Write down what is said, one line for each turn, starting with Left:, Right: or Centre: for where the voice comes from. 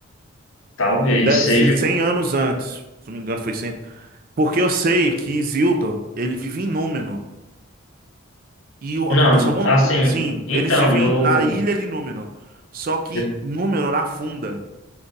Left: Talvez
Right: Deve
Left: seja.
Right: ser 100 anos antes. Se não me engano, foi 100, Porque eu sei que Isildur, ele vive em Númenor. E o-
Left: Não,
Right: acontece alguma
Left: assim,
Right: coisa. Sim,
Left: então,
Right: eles vivem
Left: no.
Right: na ilha de Númenor. Só que
Left: Uhum,
Right: Númenor afunda.